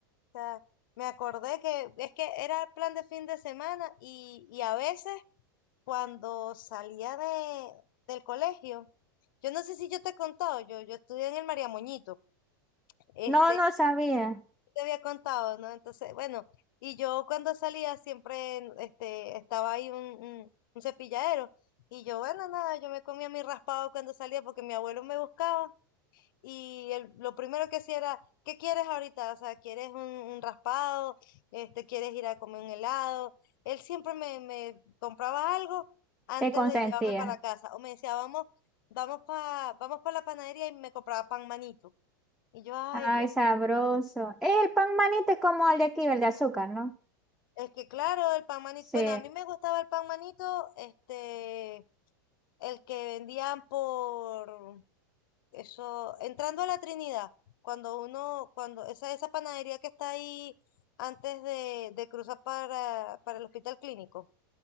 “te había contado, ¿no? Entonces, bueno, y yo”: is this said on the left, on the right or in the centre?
Left